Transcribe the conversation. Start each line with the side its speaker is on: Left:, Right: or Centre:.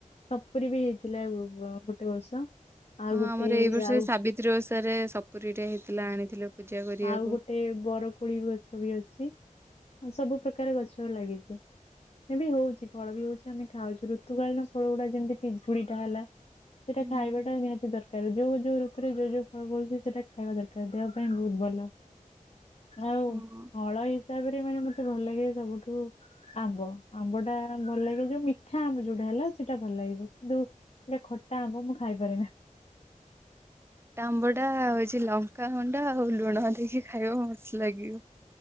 Left: ସପୁରୀ ବି ହେଇଥିଲା ଗୋଟେ ବର୍ଷ। ଆଉ
Right: ହଁ
Left: ଗୋଟେ
Right: ଆମର ଏଇ ବର୍ଷ
Left: ଆଉ
Right: ଏ ସାବିତ୍ରୀ ଓଷାରେ ସପୁରୀଟା ହେଇଥିଲା ଆଣିଥିଲୁ। ପୂଜା କରିବାକୁ।
Left: ଆଉ ଗୋଟେ ବର କୋଳି ଗଛ ବି ଅଛି ସବୁ ପ୍ରକାର ଗଛ ଲାଗିଛି। ଏବେ ବି ହଉଛି ଫଳ ବି ହଉଛି ଆମେ ଖାଉଛୁ ଋତୁକାଳୀନ ଫଳ ଗୁଡା ଯେମିତି ପିଜୁଳିଟା ହେଲା। ସେଇଟା
Right: ହୁଁ।
Left: ଖାଇବାଟା ନିହାତି ଦରକା ର ଯୋଉ ଯୋଉ ଋତୁରେ ଯୋଉ ଯୋଉ ଫଳ ଫଳୁଛି ସେଇଟା ଖାଇବା ଦରକାର ଦେହ ପାଇଁ ବହୁତ ଭଲ। ଆଉ
Right: ହଁ
Left: ଫଳ ହିସାବରେ ମାନେ ମତେ ଭଲ ଲାଗେ ସବୁଠୁ ଆମ୍ବ ଆମ୍ବଟା ଭଲ ଲାଗେ, ଯୋଉ ମିଠା ଆମ୍ବ ଯୋଉଟା ହେଲା ସେଇଟା ଭଲ ଲାଗିବ କିନ୍ତୁ ସେଟେ ଖଟା ଆମ୍ବ ମୁଁ ଖାଇପାରେ ନା।
Right: ଖଟା ଆମ୍ବଟା ହେଉଛି ଲଙ୍କାଗୁଣ୍ଡା ଆଉ ଲୁଣ ଦେଇକି ଖାଇବା ମସ୍ତ ଲାଗିବ।